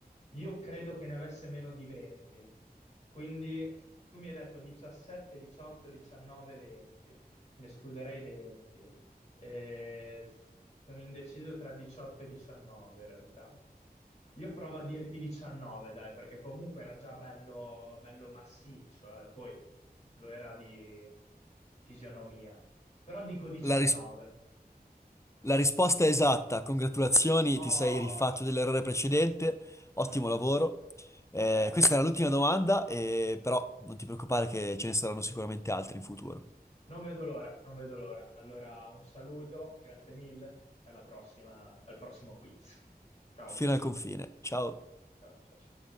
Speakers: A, on the left; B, on the left.
A: Io credo che ne avesse meno di 20, quindi tu mi hai detto 17, 18, 19, 20, ne escluderei 20. Eh, sono indeciso tra 18 e 19 in realtà. Io provo a dirti 19, dai, perché comunque era già bello, bello massiccio, eh, Poi lo era di fisionomia. Però dico 19.
B: La, ris- la risposta è esatta, congratulazioni,
A: Oh,
B: ti sei rifatto dell'errore precedente, ottimo
A: meno male.
B: lavoro. Eh,
A: Grazie.
B: questa era l'ultima domanda, eh, però non ti preoccupare che ce ne saranno sicuramente altre in futuro.
A: Non vedo l'ora, non vedo l'ora. Allora, un saluto, grazie mille e alla prossima, al prossimo quiz. Ciao,
B: Fino al confine, ciao.
A: ciao, ciao, ciao.